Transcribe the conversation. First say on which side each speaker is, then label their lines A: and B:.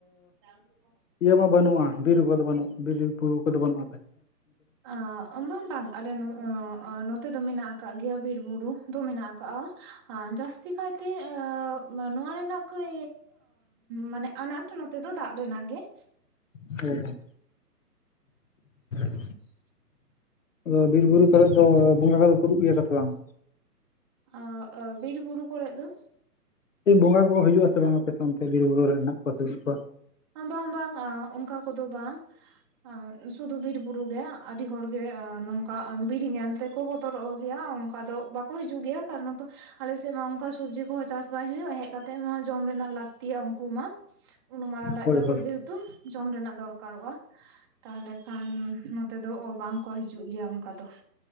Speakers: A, on the right; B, on the left.
A: <unintelligible>
B: ᱤᱭᱟᱹ ᱢᱟ ᱵᱟᱹᱱᱩᱜ-ᱟ ᱵᱤᱨ ᱠᱚᱫᱚ ᱵᱟᱹᱱᱩᱜ ᱵᱤᱨᱵᱩᱨᱩ ᱠᱚᱫᱚ ᱵᱟᱹᱱᱩᱜ
A: ᱟ ᱾ ᱵᱟᱝ ᱵᱟᱝ ᱟᱞᱮ ᱱᱚᱛᱮ ᱫᱚ ᱢᱮᱱᱟᱜ ᱠᱟᱜ ᱜᱮᱭᱟ, ᱵᱤᱨ ᱵᱩᱨᱩ ᱫᱚ ᱢᱮᱱᱟᱜ ᱠᱟᱜ-ᱟ ᱡᱟᱹᱥᱛᱤ ᱠᱟᱭᱛᱮ ᱢᱟᱱᱮ ᱱᱚᱣᱟ ᱨᱮᱱᱟᱜ ᱠᱟᱹᱡ ᱢᱟᱱᱮ ᱟᱱᱟᱴ ᱱᱚᱛᱮ ᱫᱚ ᱫᱟᱜ ᱨᱮᱱᱟᱜ ᱜᱮ ᱾
B: ᱦᱮᱸ᱾ <inaudible>
A: <inaudible>
B: ᱟᱫᱚ ᱵᱤᱨ ᱵᱩᱨᱩ ᱠᱚᱨᱮ ᱫᱚ ᱵᱚᱸᱜᱟ ᱠᱚᱫᱚ ᱥᱩᱨᱩᱜ ᱜᱮᱭᱟ ᱠᱚ ᱥᱮ ᱵᱟᱝ?
A: ᱟ ᱵᱤᱨ ᱵᱩᱨᱩ ᱠᱚᱨᱮᱜ ᱫᱚ?
B: ᱵᱚᱸᱜᱟ ᱠᱚᱠᱚ ᱦᱤᱡᱩᱜ ᱟᱥᱮ ᱵᱟᱝ ᱟᱯᱮ ᱚᱱᱛᱮ ᱵᱤᱨ ᱵᱩᱨᱩ ᱨᱮ ᱦᱮᱱᱟᱜ ᱠᱚᱣᱟ ᱥᱮ ᱵᱟᱹᱱᱩᱜ ᱠᱚᱣᱟ?
A: ᱵᱟᱝ ᱵᱟᱝ ᱚᱱᱠᱟ ᱠᱚᱫᱚ ᱵᱟᱝ ᱾ ᱥᱩᱫᱩ ᱵᱤᱨ ᱵᱩᱨᱩ ᱜᱮ ᱟᱹᱰᱤ ᱦᱚᱲ ᱜᱮ ᱱᱚᱝᱠᱟ ᱵᱤᱨ ᱧᱮᱞᱛᱮ ᱠᱚ ᱵᱚᱛᱚᱨᱚᱜ ᱜᱮᱭᱟ ᱚᱱᱠᱟ ᱫᱚ ᱵᱟᱠᱚ ᱦᱤᱡᱩᱜ ᱜᱮᱭᱟ ᱠᱟᱨᱚᱱ ᱛᱚ ᱟᱞᱮᱥᱮᱫ ᱢᱟ ᱚᱱᱠᱟ ᱥᱚᱵᱽᱡᱤ ᱠᱚᱦᱚᱸ ᱪᱟᱥ ᱵᱟᱭ ᱦᱩᱭᱩᱜ-ᱟ ᱦᱮᱡ‌ ᱠᱟᱛᱮ ᱢᱟ ᱡᱚᱢ ᱨᱮᱱᱟᱜ ᱞᱟᱹᱠᱛᱤᱭᱟ ᱩᱱᱠᱩ ᱢᱟ ᱾ ᱩᱱ ᱢᱟᱨᱟᱝ ᱞᱟᱡ
B: ᱦᱳᱭ
A: ᱛᱟᱠᱚ
B: ᱦᱳᱭ᱾
A: ᱡᱮ ᱦᱮᱛᱩ ᱡᱚᱢ ᱨᱮᱱᱟᱜ ᱫᱚᱨᱠᱟᱨᱚᱜ-ᱟ ᱾ ᱛᱟᱦᱚᱞᱮ ᱠᱷᱟᱱ ᱱᱚᱛᱮ ᱫᱚ ᱚ ᱵᱟᱝᱠᱚ ᱦᱤᱡᱩᱜ ᱜᱮᱭᱟ ᱚᱱᱠᱟ ᱫᱚ ᱾